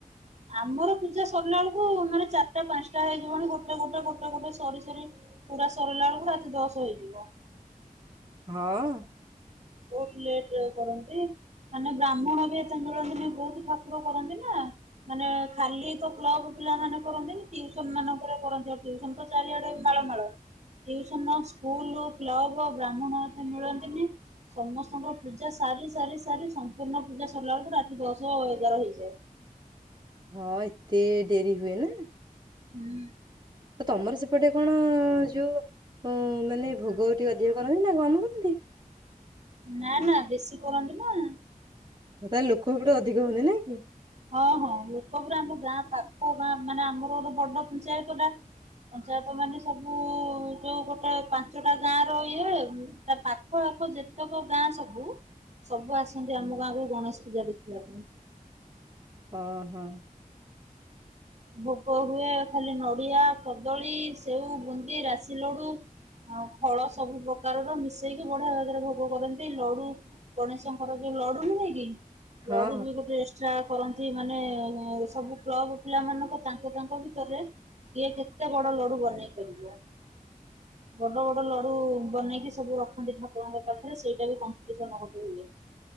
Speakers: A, on the right; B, on the right.
A: ଆମର ପୂଜା ସରିଲା ବେଳକୁ ମାନେ ଚାରିଟା-ପାଞ୍ଚଟା ହେଇଯିବଣି। ଗୋଟେ-ଗୋଟେ-ଗୋଟେ-ଗୋଟେ ସରି ସରି ପୁରା ସରିଲା ବେଳକୁ ରାତି ଦଶ ହେଇଯିବ।
B: ହଁ?
A: ବହୁତ ଲେଟ ରେ କରନ୍ତି। ମାନେ ବ୍ରାହ୍ମଣ ବି ଏତେ ମିଳନ୍ତିନି ବହୁତ ଠାକୁର କରନ୍ତି ନା। ମାନେ ଖାଲି ତ କ୍ଲବ ପିଲା ମାନେ କରନ୍ତିନି, ଟିଉସନ ମାନଙ୍କରେ କରନ୍ତି। ଆଉ ଟିଉସନ ତ ଚାରିଆଡେ ମାଳ ମାଳ। ଟିଉସନ, ସ୍କୁଲ, କ୍ଲବ ବ୍ରାହ୍ମଣ ଏତେ ମିଳନ୍ତିନି। ସମସ୍ତଙ୍କର ପୂଜା ସାରି ସାରି ସାରି ସମ୍ପୂର୍ଣ୍ଣ ପୂଜା ସରିଲା ବେଳକୁ ରାତି ଦଶ ଏଗାର ହେଇଯାଏ।
B: ହଁ ଏତେ ଡେରି ହୁଏ ନା?
A: ହୁଁ।
B: ତ ତମର ସେପଟେ କଣ ଯୋଉ ମାନେ ଭୋଗ ଟିକେ ଅଧିକ କରନ୍ତି ନା କମ କରନ୍ତି?
A: ନା ନା ବେଶୀ କରନ୍ତି ନା‌‌।
B: ତାହେଲେ ଲୋକ ହେପଟୁ ଅଧିକ ହୁଅନ୍ତି ନାଇଁ କି?
A: ହଁ ହଁ ଲୋକ ପୁରା ଆମ ଗାଁ ପାଖ ଗାଁ ମାନେ ଆମର ଗୋଟେ ବଡ ପଞ୍ଚାୟତଟା ପଞ୍ଚାୟତ ମାନେ ସବୁ ଯୋଉ ଗୋଟେ ପାଞ୍ଚଟା ଗାଁ ର ଇଏ ତା ପାଖ ଆଖ ଯେ ଜେତକ ଗାଁସବୁ ସବୁ ଆସନ୍ତି ଆମ ଗାଁକୁ ଗଣେଶ ପୂଜା ଦେଖିବା ପାଇଁ।
B: ଓହୋ।
A: ଭୋଗ ହୁଏ ଖାଲି ନଡିଆ, କଦଳୀ, ସେଉ, ବୁନ୍ଦି, ରାଶି ଲଡୁ ଆଉ ଫଳ ସବୁ ପ୍ରକାରର ମିଶେଇକି ବଢିଆ ଭାବରେ ଭୋଗ କରନ୍ତି ଲଡୁ ଗଣେଶଙ୍କର ଯୋଉ ଲଡୁ ନୁହେଁ କି?
B: ହଁ
A: ଲଡୁ
B: ହଁ।
A: ବି ଗୋଟେ ଏକ୍ସଟ୍ରା କରନ୍ତି ମାନେ ସବୁ କ୍ଲବ୍ ପିଲାମାନଙ୍କ ତାଙ୍କ ତାଙ୍କ ଭିତରେ କିଏ କେତେ ବଡ ଲଡୁ ବନେଇ ପାରିବ। ବଡ ବଡ ଲଡୁ ବନେଇକି ସବୁ ରଖନ୍ତି ଠାକୁରଙ୍କ ପାଖରେ ସେଇଟା ବି କମ୍ପିଟିସନ୍ ଗୋଟେ ହୁଏ।